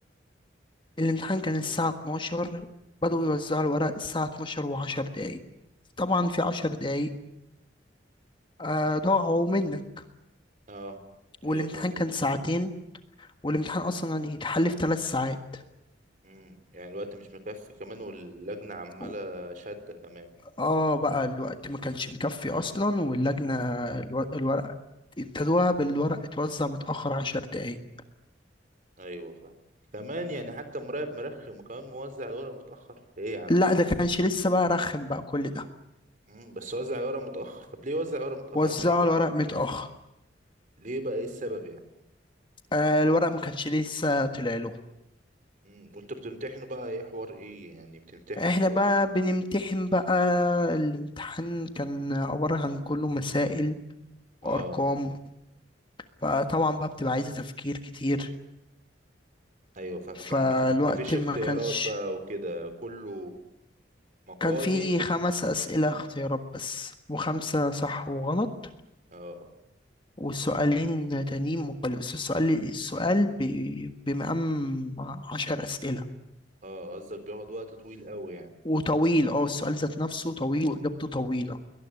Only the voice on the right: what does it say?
اه
ايوه فاهم
امم يعني الوقت مش مكفي كمان واللجنه عماله
شاده كمان
ايوه فاهم كمان يعني حتى مراقب مرخم وكمان موزع الورق متأخر ده ايه يا عم
امم بس وزع الورق متأخر طب ليه وزع الورق متأخر
عليكم
كده
ليه بقى ايه السبب يعني
امم وانتوا بتمتحنوا بقى ايه حوار ايه يعني بتمتحنوا
اه
ايوه فاهمك
يعني مفي- مفيش اختيارات
بقى وكده كله مقالي
اه
اه قصدك بياخد وقت طويل قوي يعني